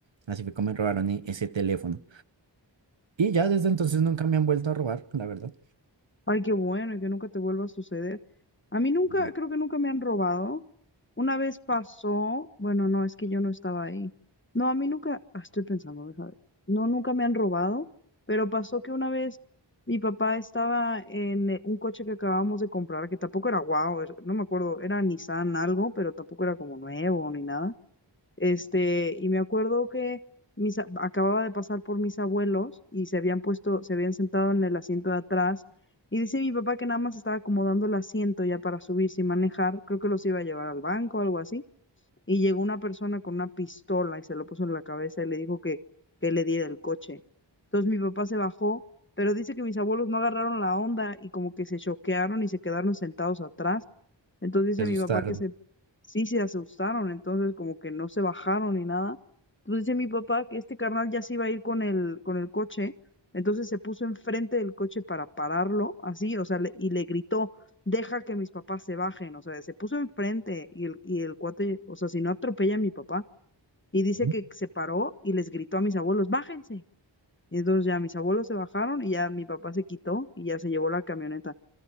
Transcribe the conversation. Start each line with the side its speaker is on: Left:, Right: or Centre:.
Right: Así fue como me robaron e- ese teléfono. Y ya desde entonces nunca me han vuelto a robar, la verdad.
Left: Ay, qué bueno, y que nunca te vuelva a suceder. A mí nunca,
Right: No,
Left: creo que nunca me han robado. Una vez pasó, bueno, no, es que yo no estaba ahí. No, a mí nunca, ah, estoy pensando, deja ver. No, nunca me han robado, pero pasó que una vez mi papá estaba en eh, un coche que acabábamos de comprar, que tampoco era guau, era- no me acuerdo, era Nissan algo, pero tampoco era como nuevo ni nada. Este, y me acuerdo que mis, a- acababa de pasar por mis abuelos y se habían puesto, se habían sentado en el asiento de atrás. Y dice mi papá que nada más estaba acomodando el asiento ya para subirse y manejar. Creo que los iba a llevar al banco o algo así. Y llegó una persona con una pistola y se lo puso en la cabeza y le dijo que, que le diera el coche. Entonces mi papá se bajó, pero dice que mis abuelos no agarraron la onda y como que se choquearon y se quedaron sentados atrás. Entonces dice
Right: se asustaron.
Left: mi papá que se, sí se asustaron, entonces como que no se bajaron ni nada. Entonces dice mi papá que este carnal ya se iba a ir con el, con el coche, entonces se puso enfrente del coche para pararlo, así, o sea, le- y le gritó deja que mis papás se bajen, o sea, se puso enfrente y el, y el cuate, o sea, si no atropella a mi papá, y dice
Right: Sí.
Left: que se paró y les gritó a mis abuelos, bájense. Y entonces ya mis abuelos se bajaron y ya mi papá se quitó y ya se llevó la camioneta.